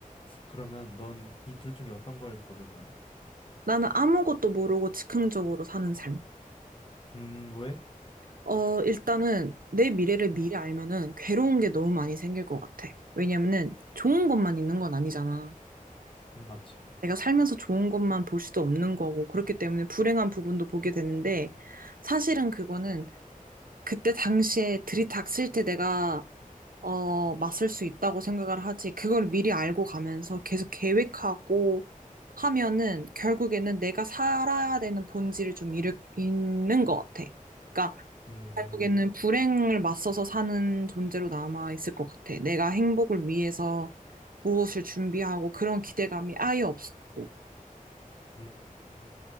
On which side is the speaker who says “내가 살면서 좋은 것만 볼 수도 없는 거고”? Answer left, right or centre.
Right